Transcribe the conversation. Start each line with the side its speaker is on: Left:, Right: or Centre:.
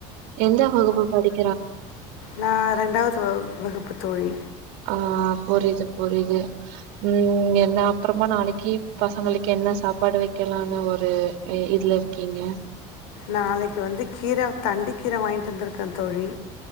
Right: எந்த வகுப்பு படிக்
Left: நா ரெண்டாவ்து வகு வகுப்பு தோழி
Right: ஆ ஆ புரிது புரிது ம் என்ன அப்பறமா நாளக்கி பசங்களுக்கு என்ன சாப்பாடு வெக்கலானு ஒரு இ இதுல இருக்கீங்க
Left: நாளைக்கு வந்து கீர தண்டு கீர வாய்ங்ட்டு வந்திருக்கே தொழி